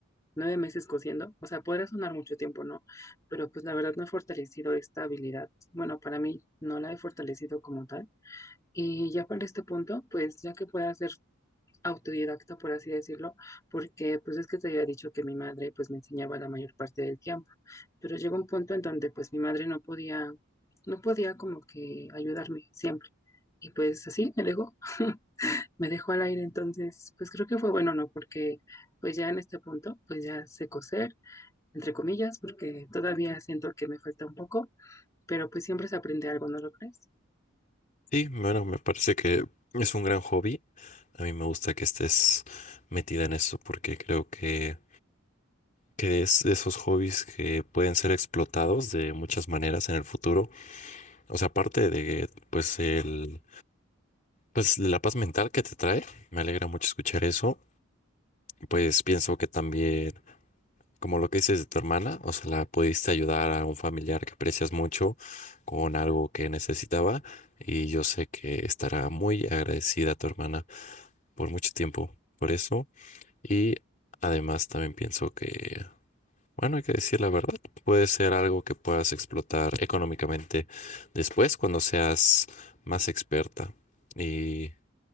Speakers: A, on the left; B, on the left.
A: nueve meses cosiendo, o sea, podría sonar mucho tiempo, ¿no? Pero pues la verdad no he fortalecido esta habilidad. Bueno, para mí no la he fortalecido como tal. Y ya para este punto, pues ya que pueda ser autodidacta, por así decirlo, porque pues es que te había dicho que mi madre pues me enseñaba la mayor parte del tiempo, pero llegó un punto en donde pues mi madre no podía, no podía como que ayudarme siempre. Y pues así me dejó, <laughs> me dejó al aire, entonces pues creo que fue bueno, ¿no? Porque pues ya en este punto, pues ya sé coser, entre comillas, porque todavía siento que me falta un poco, pero pues siempre se aprende algo, ¿no lo crees?
B: Sí, bueno, me parece que es un gran hobby. A mí me gusta que estés metida en eso porque creo que, que es de esos hobbies que pueden ser explotados de muchas maneras en el futuro. O sea, aparte de pues el pues la paz mental que te trae, me alegra mucho escuchar eso. Pues pienso que también, como lo que dices de tu hermana, o sea, la pudiste ayudar a un familiar que aprecias mucho con algo que necesitaba y yo sé que estará muy agradecida a tu hermana. por mucho tiempo por eso. Y además también pienso que, bueno, hay que decir la verdad, puede ser algo que puedas explotar económicamente después cuando seas más experta. Y